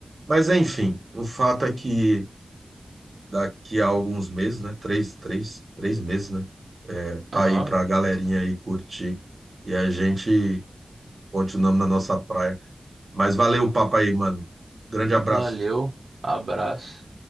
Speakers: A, on the right; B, on the right.
A: Mas enfim, o fato é que daqui a alguns meses, né? Três, três, três meses, né? É, tá
B: Aham.
A: aí pra galerinha aí curtir. E a gente continuamos na nossa praia. Mas valeu o papo aí, mano. Grande abraço.
B: Valeu. Abraço.